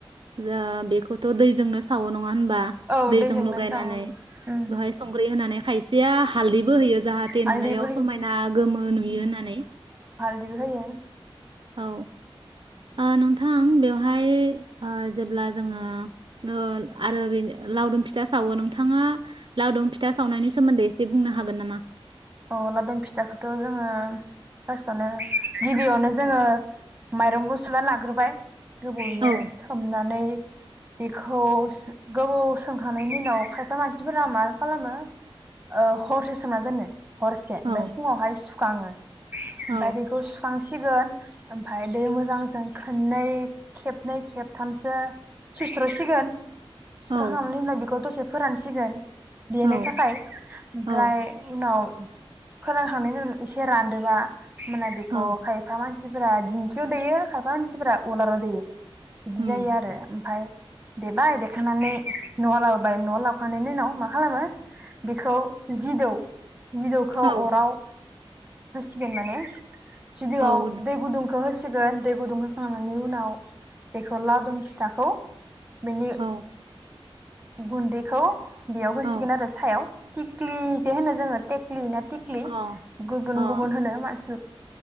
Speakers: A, on the right (about 55°); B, on the right (about 15°).
A: जों बे। थ' दैजोंनो सावो नङा होनबा
B: औ
A: दैजों
B: दैजोंनो
A: लगायनानै
B: जावो उम
A: बेहाय संख्रि होनानै खायसेया हालदैबो होयो। जाहाथे
B: हालदैबो
A: नुनायाव
B: होयो
A: समायना गोमो नुयो होननानै।
B: दैबो होयो।
A: औ ओ नोंथां बेवहाय ओ जेब्ला जोङो <unintelligible> आरो ओरैनो बे लावदुम फिथा सावो नोंथाङा लावदुम फिथा सावनायनि सोमोन्दै एसे बुंनो हागोन नामा?
B: अ लावदुम फिथाखौथ' जोङो फार्स्टआवनो गिबियावनो जोङो माइरंखौ सुना लाग्रोबाय। गोबावयैनो
A: औ
B: सोमनानै बेखौ सो गोबाव सोंखांनायनि उनाव खायफा मानसिफोरा मा खालामो ओ हरसे सोमना दोनो। हरसे
A: औ
B: ओमफाय फुङावहाय खाङो ओमफाय
A: औ
B: बेखौ सुखांसि सिगोन ओमफाय दै मोजांजों खोननै खेबनै खेबथामसो सुइस्र'सिगोन । सुस्र'खांनानि
A: औ
B: उनाव बिखौ दसे फोरानसिगोन। देनो
A: औ
B: थाखाय ओमफ्राय
A: औ
B: उनाव फोरांखांनायनि उनाव एसे रानदोबा मोना बिखौ
A: औ
B: खायफा मानसि सिफोरा दिंखियाव दैयो खायफा मानसिफोरा उलाराव देयो। बिदि
A: उम
B: जायो आरो ओमफाय देबाय देखांनानै न'आव लाबोबाय। न'आव लाबोखांनायनि उनाव मा खालामो? बेखौ जिदौ जिदौखौ
A: औ
B: अराव होसिगोन माने जिदौआव
A: औ
B: दै गुदुं खौ होसिगोन। दै गुदुं होखांनायनि उनाव बेखौ लावदुम फिथाखौ बिनि
A: औ
B: गुन्दैखौ बेयाव होसिगोन
A: औ
B: आरो सायाव तिक्लि जे होनो जोङो टेटलि ना तिकलि
A: अ
B: गुबुन
A: अ
B: गुबुन होनो मानसि